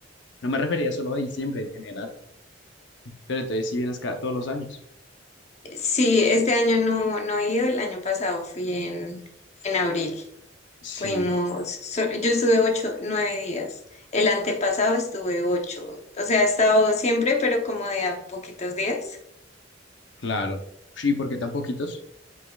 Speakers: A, on the left (about 65°); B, on the left (about 35°).
A: no me refería solo a diciembre en general, pero entonces sí vienes cada, todos los años.
B: Sí, este año no, no he ido, el año pasado fui en, en abril,
A: Sí,
B: fuimos, solo- yo estuve 8, 9 días. El antepasado estuve ocho, o sea, he estado siempre, pero como de a poquitos días.
A: claro. Sí, ¿por qué tan poquitos?